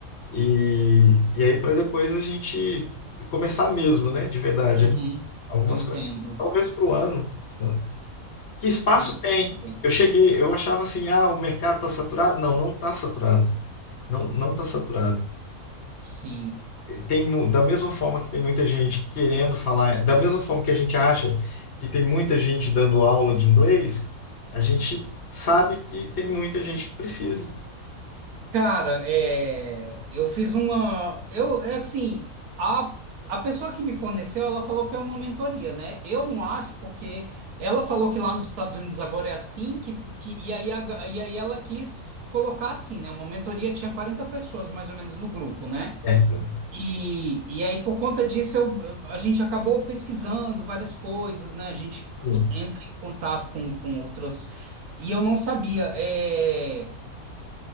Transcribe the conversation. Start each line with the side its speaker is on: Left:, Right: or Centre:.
Left: E, e aí para depois a gente começar mesmo, né? De verdade,
Right: uhum,
Left: né? Algumas
Right: entendo,
Left: coisas, talvez para o ano. né? Que espaço
Right: entendo.
Left: tem? Eu cheguei, eu achava assim, ah, o mercado está saturado? Não, não está saturado. Não, não está saturado.
Right: Sim,
Left: Tem, mu- da mesma forma que tem muita gente querendo falar, da mesma forma que a gente acha que tem muita gente dando aula de inglês, a gente sabe que tem muita gente que precisa,
Right: Cara, é, eu fiz uma. Eu, é assim, a, a pessoa que me forneceu, ela falou que é uma mentoria, né? Eu não acho, porque ela falou que lá nos Estados Unidos agora é assim, que, que, e aí, a- e aí ela quis colocar assim, né? Uma mentoria tinha 40 pessoas mais ou menos no grupo, né?
Left: certo?
Right: E, e aí, por conta disso, eu, eu- a gente acabou pesquisando várias coisas, né? A gente
Left: Sim.
Right: entra em contato com, com outras. E eu não sabia. é,